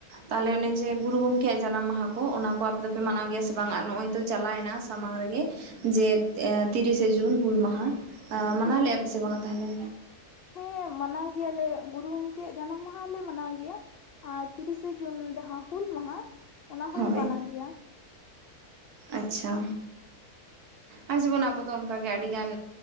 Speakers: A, on the right; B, on the left.
A: ᱛᱟᱦᱞᱮ ᱚᱱᱮ ᱡᱮ ᱜᱩᱨᱩ ᱜᱚᱢᱠᱮᱭᱟᱜ ᱡᱟᱱᱟᱢ ᱢᱟᱦᱟ ᱠᱚ ᱚᱱᱟ ᱠᱚ ᱟᱯᱮ ᱫᱚᱯᱮ ᱢᱟᱱᱟᱣ ᱜᱮᱭᱟ ᱥᱮ ᱵᱟᱝ? ᱟᱨ ᱱᱚᱜ-ᱚᱭ ᱛᱚ ᱪᱟᱞᱟᱭᱱᱟ ᱥᱟᱢᱟᱝ ᱨᱮ ᱜᱮ ᱡᱮ ᱛᱤᱨᱤᱥᱮ ᱡᱩᱱ ᱦᱩᱞ ᱢᱟᱦᱟ ᱢᱟᱱᱟᱣ
B: ᱦᱮᱸ
A: ᱞᱮᱜ-ᱟ ᱯᱮ ᱥᱮ ᱵᱟᱝᱟ ᱛᱟᱦᱞᱮ?
B: ᱦᱮᱸ ᱢᱟᱱᱟᱣ ᱜᱮᱭᱟᱞᱮ ᱜᱩᱨᱩ ᱜᱚᱝᱠᱮᱭᱟᱜ ᱡᱟᱱᱟᱢ ᱢᱟᱦᱟᱞᱮ ᱢᱟᱱᱟᱣ ᱜᱮᱭᱟ᱾ ᱟᱨ ᱛᱤᱨᱤᱥᱮ ᱡᱩᱱ ᱡᱟᱦᱟᱸ ᱦᱩᱞ ᱢᱟᱦᱟ ᱚᱱᱟ ᱦᱚᱞᱮ
A: ᱦᱳᱭ
B: ᱢᱟᱱᱟᱣ ᱜᱮᱭᱟ᱾
A: ᱟᱪᱪᱷᱟ ᱟᱨ ᱡᱮᱢᱚᱱ ᱟᱵᱚ ᱫᱚ ᱚᱱᱠᱟᱜᱮ ᱟᱹᱰᱤᱜᱟᱱ